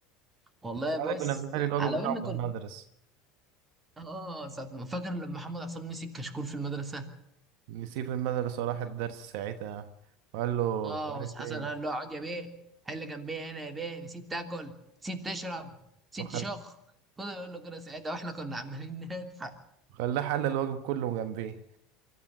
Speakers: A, on the right (about 20°); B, on the right (about 65°).
A: والله
B: ساعتها
A: بص
B: كنا بنحل الواجب
A: على
B: بتاعه
A: ان
B: في
A: كنا
B: المدرسة
A: اه ساعة ما- فاكر لما محمد عصام مسك كشكول في المدرسه
B: نسيه في المدرسة وراح الدرس ساعتها وقال له
A: اه
B: مش عارف
A: بس حسن
B: إيه
A: قال له اقعد يا بيه حل جنبي هنا يا بيه نسيت تاكل نسيت تشرب نسيت
B: وخل-
A: تشخ فضل يقول له كده ساعتها واحنا كنا عمالين <laughs> نضحك
B: خلاه حل الواجب كله جنبيه